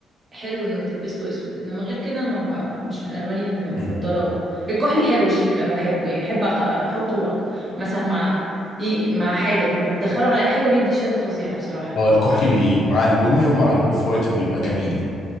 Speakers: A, on the right; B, on the left.
A: حلو انه تلبس له اسود انما غير كده ما ب... مش من الواني المفضله
B: أمم.
A: الكحلي حلو شيك انا بحبه يعني احب أط... احطه أط- مثلا مع ي... مع حاجه اما بدخله على اي حاجه بيدي شياكه فظيعه بصراحه
B: اه الكحلي بي... مع البني ومع الاوف وايت بيبقى جميل